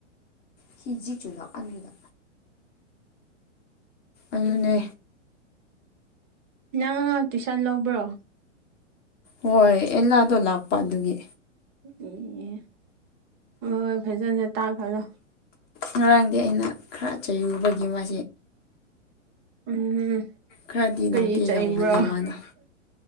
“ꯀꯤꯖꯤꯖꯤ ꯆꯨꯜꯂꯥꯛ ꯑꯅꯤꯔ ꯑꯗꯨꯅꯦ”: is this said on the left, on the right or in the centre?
Left